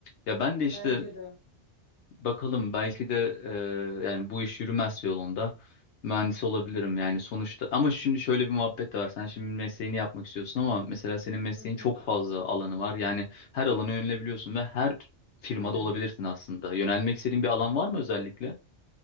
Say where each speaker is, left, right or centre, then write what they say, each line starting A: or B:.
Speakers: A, on the left; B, on the left.
A: Ya ben de işte
B: Bence de.
A: Bakalım belki de e, yani bu iş yürümez yolunda mühendis olabilirim yani sonuçta ama şimdi şöyle bir muhabbet de var sen şimdi mesleğini yapmak istiyorsun ama mesela senin mesleğin
B: Hı hı.
A: çok fazla alanı var yani her alana yönelebiliyorsun ve her firmada
B: Aynen.
A: olabilirsin aslında yönelmek istediğin bir alan var mı özellikle?